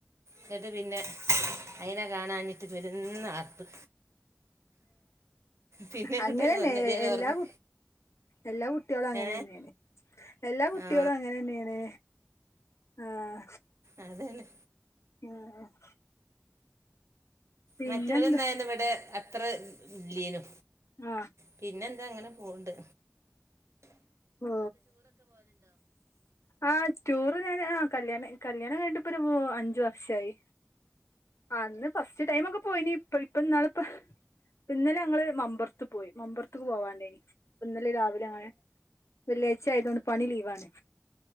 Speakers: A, on the right (about 80°); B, on the left (about 80°).
A: ഞാന് ന്നട്ട് പിന്നെ അയിനെ കാണാഞ്ഞിട്ട് പെരും ആർപ്പ് പിന്നെ ഇങ്ങട്ടെന്നെ
B: അങ്ങനെന്നെ
A: വന്ന് വേഗം
B: എല്ലാ
A: ഒറങ്ങി
B: എല്ലാ കുട്ടികളും അങ്ങനെ
A: ഏ
B: തന്നെയാണ് എല്ലാ കുട്ടേളും
A: ആ
B: അങ്ങനെന്നെയാണ് ആഹ
A: അതന്നെ
B: ഉം ആഹ് പിന്നെന്താ
A: മറ്റോല് ഉണ്ടായന്ന് ഇവിടെ അത്ര ഇല്ലേനു
B: ആ
A: പിന്നെന്താ ഇങ്ങനെ പോവ്ണ്ട്
B: ഓ ആ ടൂറ് ഞാന് ആ കല്യാണം കല്യാണം കഴിഞ്ഞിട്ടിപ്പൊ ഒരു അഞ്ചു വർഷായി അന്ന് ഫസ്റ്റ് ടൈമൊക്കെ പോയിന് ഇപ്പ ഇപ്പൊ ഇപ്പൊന്നാള് ഇപ്പൊ ഇന്നലെ ഞങ്ങള് മമ്പറത്ത് പോയി മമ്പറത്ത് പോവണ്ടായിന് ഇന്നലെ രാവിലെ അങ്ങനെ വെള്ളിയാഴ്ച ആയതോണ്ട് പണി ലീവാണ്